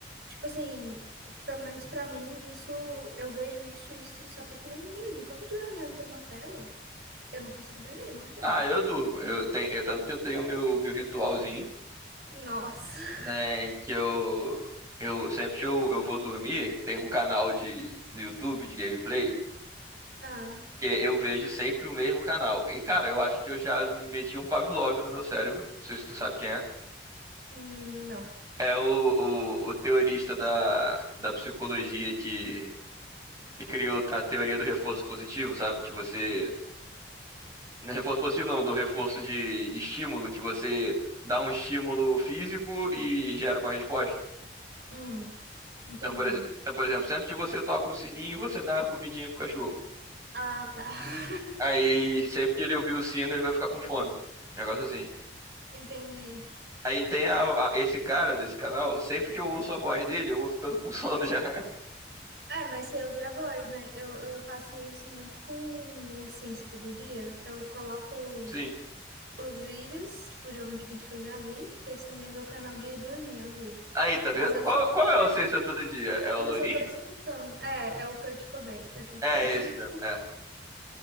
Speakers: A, on the right; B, on the right.
A: tipo assim, pelo menos pra mim, isso, eu vejo isso e isso se aplica muito na minha vida. Enquanto eu estiver olhando pra uma tela, eu não consigo dormir, não adianta.
B: Ah, eu durmo. Eu tenho, eu- tanto que eu tenho meu, meu ritualzinho.
A: Nossa. <laughs>
B: né, que eu, eu sempre que eu, eu vou dormir, tem um canal de, no YouTube de gameplay
A: Ah,
B: que é eu vejo sempre o mesmo canal. E, cara, eu acho que eu já meti um Pavlov no meu cérebro. Não sei se tu sabe quem é.
A: hum, não.
B: É o, o, o teorista da, da psicologia que, que criou a teoria do reforço positivo, sabe? Que você. não é Reforço positivo não, do reforço de, de estímulo, que você dá um estímulo físico e gera uma resposta.
A: Hum, entendi.
B: Então, por exemplo, então, por exemplo, sempre que você toca um sininho, você dá uma comidinha pro cachorro.
A: Ah, tá. <laughs>
B: Aí, sempre que ele ouvir o sino, ele vai ficar com fome. Negócio assim.
A: Entendi.
B: Aí tem a- a- esse cara desse canal, sempre que eu ouço a voz dele, eu vou ficando com sono já. <laughs>
A: É, mas você ouve a voz, né? Eu, eu faço isso muito com o Ciência Todo Dia. Eu coloco
B: Sim.
A: os vídeos, tipo, geralmente vídeo que eu já vi, que esse também é meu canal de dormir, às vezes.
B: Aí, tá vendo?
A: Mas eu
B: Qual,
A: só,
B: qual é
A: mas
B: o Ciência
A: eu só,
B: Todo Dia? É o
A: mas
B: Lourinho?
A: eu só tô escutando. É, é o Kurt Cobain, da Shopee.
B: É
A: <laughs>
B: é esse mesmo. É.